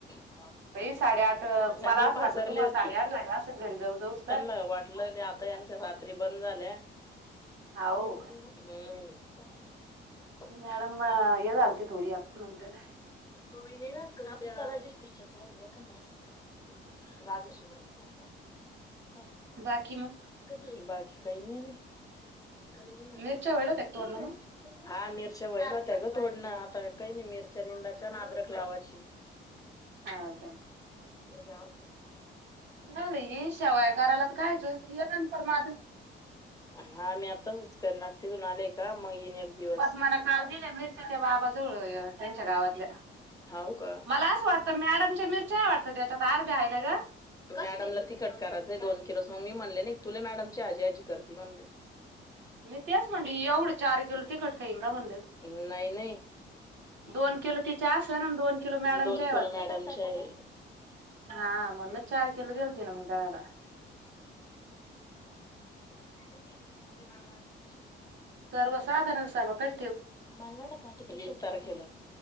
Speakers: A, on the left; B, on the right.
A: ह <inaudible>
B: बाई साडेआठ
A: चांगले
B: मला असं
A: पासरले
B: वाटलं तुम्हाला
A: होती
B: साडेआठ झाले असं घरी जाऊ जाऊस तर
A: त्यांना वाटलं आता यांच्या रात्री बंद झाल्या
B: हाव
A: हम्म त्याना हम्म
B: मॅडम अं, हे झालती थोडी आत नंतर
A: तू नाही? पिक्चर पाहायचं असले तर राजे शिवाजी, संभाजी
B: बाकी मग
A: कधी आहे बाई? काही नाही बघ काल मी
B: मिरच्या
A: बाकीच
B: व्हायला त्या तोडणं मग
A: हा मिरच्या व्हईनात्या ग तोडना, आता काई नाही मिरच्या निंदायच्या आन आद्रक लावायची
B: हा हो का?
A: तू जावून बघ.
B: मामी शेवया करायलात कायच ये नंतर मागुन
A: हा मी आताच करणार तिथून आलेय का मग येईन एक दिवस
B: पद्मान काल दिल्या मिरच्या, त्या बाबाजवळ त्यांच्या गावातल्या
A: हाव का?
B: मला असं वाटत मॅडमच्या मिरच्याय वाटतं त्या फार काय नग?
A: मॅडमला तिखट करायचे दोनकिलो, मग मी म्हणाले नाही तू खुप मॅडम ची हा जी - हा जी करती म्हणलं.
B: मी तेच म्हणलं एवढं चार किलो तिखट केा बणला
A: नाही. नाही.
B: दोन किलो तिच्या असं आणि दोन किलो मॅडमच्या
A: दोन
B: आहे
A: किलो
B: वाटतं
A: मॅडमची आहे.
B: हा म्हणूनच चार किलो दिलती ना मग दळाला
A: <unintelligible> <unintelligible>
B: सर्व साधारण सब क
A: मला वाटत न्हत एक तारखेला